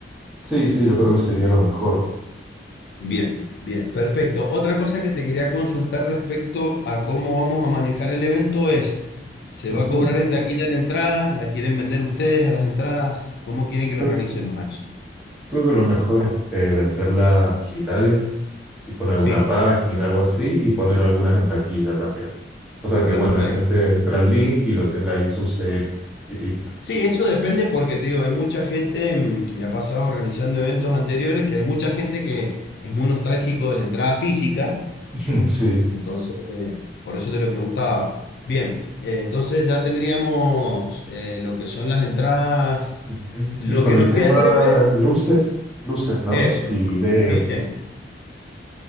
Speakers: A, in the centre; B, on the left.
A: Sí, sí, yo creo que sería lo mejor.
B: Bien, bien, perfecto. Otra cosa que te quería consultar respecto a cómo vamos a manejar el evento es, ¿se
A: Ujú.
B: va a cobrar en taquilla la entrada? ¿La quieren vender ustedes a las entradas? ¿Cómo quieren que
A: Creo,
B: lo organicemos a eso?
A: creo que lo mejor es eh, venderlas digitales, tipo en alguna
B: Sí,
A: página, algo así, y poner algunas en taquilla también. Cosa que,
B: perfecto.
A: bueno, la gente entra al link y lo tenga ahí en su celu y listo.
B: Sí, eso depende porque te digo, hay mucha gente, mm, me ha pasado organizando eventos anteriores, que hay mucha gente que es muy nostálgico de la entrada física,
A: <laughs> Ujú, Sí.
B: entonces, eh, por eso te lo preguntaba. Bien, eh, entonces ya tendríamos eh, lo que son las entradas,
A: Ujú.
B: lo
A: Y con
B: que nos
A: el tema
B: quedaría ver,
A: luces, luces, ¿no?
B: eso,
A: Y video.
B: bien,